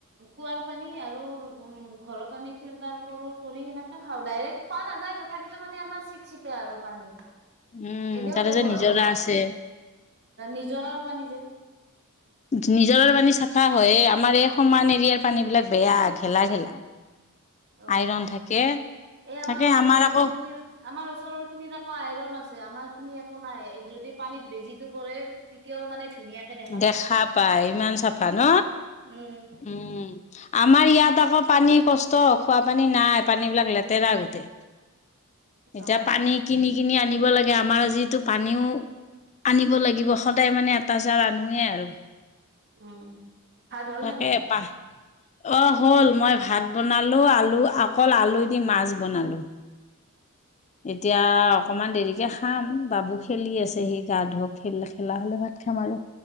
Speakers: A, on the right; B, on the left.
A: কুঁৱাৰ পানী আৰু উম ঘৰত আনি ফিল্টাৰ কৰো কৰি সেনেকে খা ডাইৰেক্ খোৱা নাযায় তথাপিতো মানে আমাৰ চিকচিকে আৰু পানী
B: উম
A: এনেও
B: তাতে
A: ব্য্ৱহাৰ
B: যে নিজৰা
A: কৰিব
B: আছে
A: পাৰি নিজৰ আৰু পানী যে
B: নিজৰৰ পানী চাফা হয় আমাৰ এই সমান এৰিয়াৰ পানী বিলাক বেয়া ঘেলা ঘেলা
A: অ
B: আইৰন থাকে
A: এই আমাৰ
B: তাকে
A: ওচৰৰ
B: আকৌ
A: খিনিৰ আমাৰ ওচৰৰ খিনিত আকৌ আইৰন আছে আমাৰ খিনি নাই এই যদি পানীত বেজিো পৰে তেতিয়াও মানে ধুনীয়াকে
B: দেখা
A: পায়
B: পায় ইমান চাফা ন
A: উম
B: উম আমাৰ ইয়াত আকৌ পানী কষ্ট খোৱ পানী নাই পানী বিলাক লেতেৰা গোটেই এতিয়া
A: অ
B: পানী কিনি কিনি আনিব লাগে আমাৰ যিটো পানীও আনিব লাগিব সদায় মানে এটা জানোোৱে আৰু
A: উম ভাল হ'ল
B: তাকে
A: নে নাই
B: পাহ অ হল মই ভাত বনালো আলু অকল আলু দি মাছ বনালো এতিয়া অকণমান দেৰিকে খাম বাবু খেলি আছে সি গা ধক খেল খেলা হলে ভাত খাম আৰু